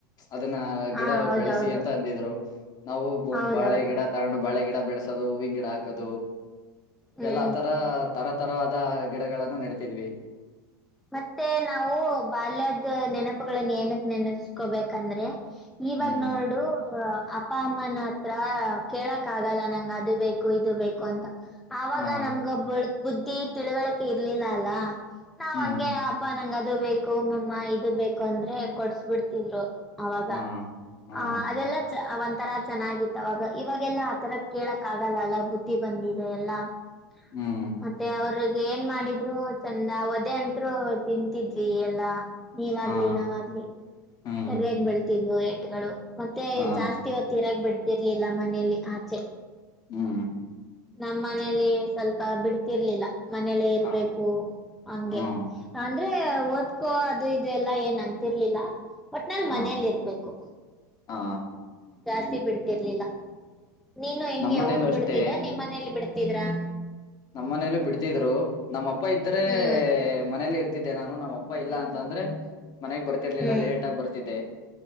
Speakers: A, on the left; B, in the centre.
A: ಅದನ್ನ
B: ಹಾ
A: ಗಿಡ
B: ಹೌದೌದು
A: ಬೆಳೆಸಿ ಅಂತ ಅಂದಿದ್ರು ನಾವು ಒಂದ್
B: ಹೌದೌದು
A: ಬಾಳೆ ಗಿಡ ತಗೊಂಡು ಬಳೆ ಗಿಡ ಬೆಳೆಸೋದು ಹೂವಿನ ಗಿಡ ಹಾಕದು
B: ಹ್ಮ್
A: ಎಲ್ಲಾ ಆತರ ತರ ತರವಾದ ಗಿಡಗಳನ್ನು ನೆಡ್ತಿದ್ವಿ.
B: ಮತ್ತೆ ನಾವು ಬಾಲ್ಯದ ನೆನಪುಗಳನ್ನ ಏನಕ್ ನೆನಸ್ಕೊಬೇಕಂದ್ರೆ ಇವಾಗ
A: ಹ್ಮ್
B: ನೋಡು ಅಪ್ಪ ಅಮ್ಮನ ಹತ್ರ ಕೇಳಕ್ ಆಗಲ್ಲ ನಂಗೆ ಅದು ಬೇಕು ಇದು ಬೇಕು ಅಂತ ಆವಾಗ
A: ಹಾ
B: ನಮ್ಗೊಬ್ಬಳ್ ಬುದ್ಧಿ ತಿಳಿವಳಿಕೆ ಇರ್ಲಿಲ್ಲ ಅಲ್ಲಾ. ನಾವ್
A: ಹ್ಮ್
B: ಹಂಗೆ ಅಪ್ಪ ನಂಗ್ ಅದು ಬೇಕು ಮಮ್ಮ ಇದು ಬೇಕು ಅಂದ್ರೆ ಕೊಡ್ಸ್ ಬಿಡ್ತಿದ್ರು. ಆವಾಗ
A: ಹಾ ಹಾ
B: ಆ ಅದೆಲ್ಲ ಒಂಥರ ಚೆನ್ನಾಗಿತ್ತು ಅವಾಗ ಇವಾಗೆಲ್ಲ ಆತರ ಕೇಳಕ್ ಆಗಲ್ಲ ಅಲ್ಲ ಬುದ್ಧಿ ಬಂದಿದೆ ಎಲ್ಲ. <unintelligible>
A: ಹ್ಮ್
B: ಮತ್ತೆ ಅವ್ರಗ್ ಏನ್ ಮಾಡಿದ್ರು ಚಂದ ಒದೆೆ ಅಂತ್ರು ತಿಂತಿದ್ವಿ ಎಲ್ಲಾ. ನೀವಾಗ್ಲಿ
A: ಹಾ
B: ನಾವಾಗ್ಲಿ
A: ಹ್ಮ್
B: ಸರಿಯಾಗಿ ಬೆಳ್ತಿದ್ವು ಏಟ್ಗಳು ಮತ್ತೆ
A: ಹಾ
B: ಜಾಸ್ತಿ ತೀರಾಗ ಬಿಡ್ತಿರ್ಲಿಲ್ಲ ಮನೇೆಲ್ಲಿ ಆಚೆ.
A: ಹ್ಮ್
B: ನಮ್ಮನೇಲಿ ಸ್ವಲ್ಪ ಬಿಡ್ತಿರ್ಲಿಲ್ಲ ಮನೇಲ್ಲೇ ಇರ್ಬೇಕು
A: ಹಾ
B: ಹಂಗೆ.
A: ಹಾ
B: ಅಂದ್ರೆ ಓದ್ಕೋ ಅದು ಇದು ಎಲ್ಲ ಏನ್ ಅಂತಿರ್ಲಿಲ್ಲ ಒಟ್ನಲ್
A: ಹಾ
B: ಮನೇಲಿ ಇರ್ಬೇಕು.
A: ಹಾ
B: ಜಾಸ್ತಿ ಬಿಡ್ತಿರ್ಲಿಲ್ಲ ನೀನು ಹೆಂಗೆ
A: ನಮ್ಮನೇಲ್ಲೂ
B: ಹೋಗ್
A: ಅಷ್ಟೇ
B: ಬಿಡ್ತಿದ್ದ ನಿಮ್ ಮನೇಲಿ ಬಿಡ್ತ ತಿದರಾ.
A: ನಮ್ಮ ಮನೆಯಲ್ಲೂ ಬಿಡ್ತಿದ್ರು ನಮ್ಮ ಅಪ್ಪ ಇದ್ದರೆ
B: ಹ್ಮ್
A: ಮನೇಲಿ ಇರ್ತ ತಿದ್ದೆ ನಾನು ನಮ್ಮ ಅಪ್ಪ ಇಲ್ಲ ಅಂತ ಅಂದ್ರೆ. ಮನೆಗ್ ಬರ್ತಿರ್ಲಿಲ್ಲ
B: ಹ್ಮ್
A: ಲೇಟ್ ಆಗಿ ಬರ್ತಿದ್ದೆ